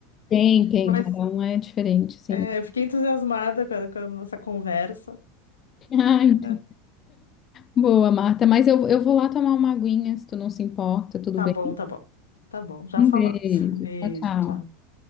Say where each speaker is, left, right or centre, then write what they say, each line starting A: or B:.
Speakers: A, on the left; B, on the left.
A: Tem, tem,
B: Mas
A: cada um é diferente, sim.
B: é, eu fiquei entusiasmada com a, com a nossa conversa.
A: <laughs> Ah, então.
B: É,
A: Boa, Marta. Mas eu, eu vou lá tomar uma aguinha, se tu não se importa, tudo
B: Tá
A: bem.
B: bom, tá bom. Tá bom, já
A: Um
B: falamos.
A: beijo.
B: <laughs> Beijo,
A: Tchau, tchau.
B: tchau.